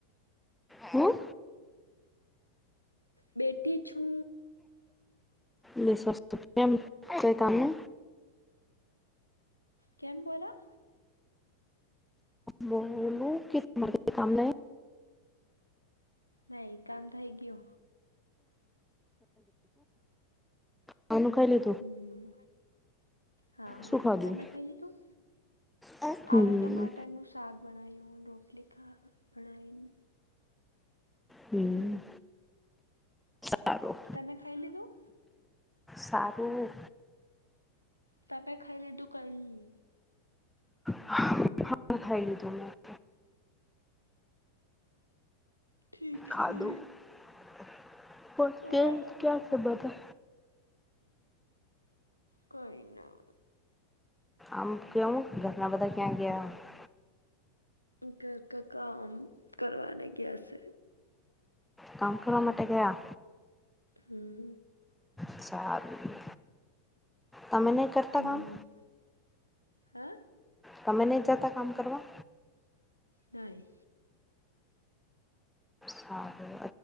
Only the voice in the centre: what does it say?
હા.
વૈશ ત કેમ કેઇ કામ નઇ.
બોલું કેર કામના.
ખાવાનું ખાઇ લી.
શું ખાવાનું
ખાઈ
લીધું શું ખાધું હમ
હમ, સારું.
સારું.
હા, ખાઈ લીધું મેં.
ખાધું
તે
ક્યા છે, બધા.
આમ કેવું ઘરના બધા ક્યાં ગયા? હ.
કામ કરવા માટે ગયા.
સારું. તમે નહી કરતા
કામ
તમે નહીં જતા કામ કરવા.
સારું